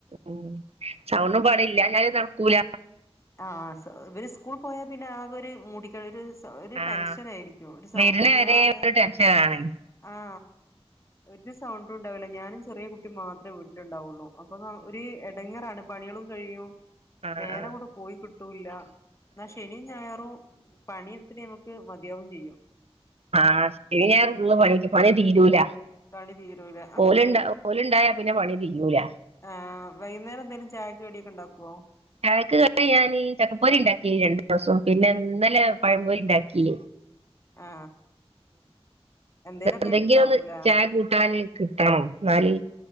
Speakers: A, on the right; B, on the left.
A: ഉം സൗണ്ടും പാടിം ഇല്ലാഞ്ഞാലും നടക്കൂല
B: ആ ഇവര് സ്കൂൾ പോയാ പിന്നെ ആകെ ഒരു മൂടിക് ഒരു ഒരു
A: ആഹ്
B: ടെൻഷൻ ആയിരിക്കും ഒരു സൗണ്ടും
A: വരുന്ന
B: ഇല്ലാതെ
A: വരെ ഒരു ടെൻഷനാണ്
B: ആ ഒരു സൗണ്ടും ഉണ്ടാവില്ല ഞാനും ചെറിയ കുട്ടി മാത്ര വീട്ടിലുണ്ടാവുള്ളൂ അപ്പൊ ഒരു എടങ്ങേറാണ് പണികളും കഴിയും
A: അ
B: നേരം
A: അ അ അ
B: അങ്ങോട്ട് പോയി കിട്ടൂല്ല എന്നാ ശനിം ഞായറും പണിയെടുത്തിട്ട് നമ്മക്ക് മതിയാവും ചെയ്യും
A: ആ ശനി ഞായറും പണിക്ക് പണി തീരൂല
B: പണി തീരൂല
A: ഓലുണ്ട ഓലുണ്ടായ പിന്നെപണി തീരൂല
B: ആ വൈകുന്നേരം എന്തെക്കിലും ചായക്ക് കടിയൊക്കെ ഉണ്ടാക്കുവോ
A: ചായക്ക് കടി ഞാന് ചക്കപ്പൊരി ഉണ്ടാക്കി രണ്ടു ദിവസം പിന്നെ ഇന്നല്ലെ പഴംപൊരി ഉണ്ടാക്കി
B: ആ എന്തേലൊക്കെ
A: എന്തെങ്കിലും
B: ആയിട്ട് ഇണ്ടാക്കൂലേ
A: ഒന്ന് ചായ കൂട്ടാന് കിട്ടണം എന്നാല്